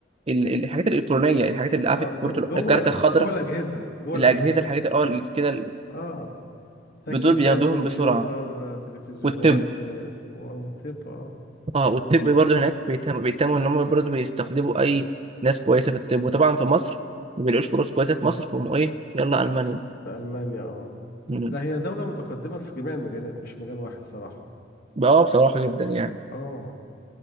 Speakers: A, on the right; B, on the left.
A: ال- ال- الحاجات الالكترونيه الحاجات اللي عارف
B: اه
A: الكروت-
B: ج- جوه
A: الكارت الخضراء
B: جوه الأجهزة جوه
A: الاجهزه
B: الأجهزة
A: الحاجات اه اللي كده
B: اه تكييفات
A: دول بياخدوهم
B: كمبيوتر
A: بسرعه
B: آه، تلفزيونات
A: والطب
B: آه، او الطب اه
A: اه والطب
B: اه
A: برضه هناك بيتهم- بيتهموا ان هم برضه بيستخدموا اي ناس كويسه في الطب وطبعا في مصر ما بيلاقوش فرص كويسه في
B: آه،
A: مصر فهم ايه يلا المانيا
B: في المانيا اه
A: مم.
B: لا هي دولة متقدمة في جميع المجالات مش مجال واحد صراحة
A: بقى آه، بصراحه جدا يعني
B: اه